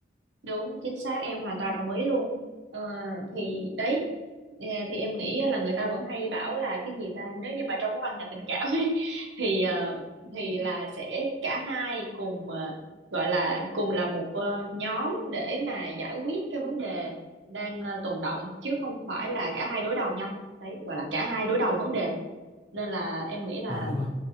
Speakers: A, on the right; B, on the left.
A: đúng chính xác em hoàn toàn đồng ý luôn ờ, thì đấy ờ, thì em nghĩ là người ta vẫn hay bảo là cái gì ta nếu như mà trong mối quan hệ tình cảm ấy, <laughs> thì ờ, thì là sẽ cả hai cùng ờ, gọi là cùng là một ờ, nhóm để mà giải quyết cái vấn đề đang ờ, tồn động chứ không phải là cả hai đối đầu nhau đấy gọi là cả hai đối đầu vấn đề nên là em nghĩ là
B: ờ đúng rồi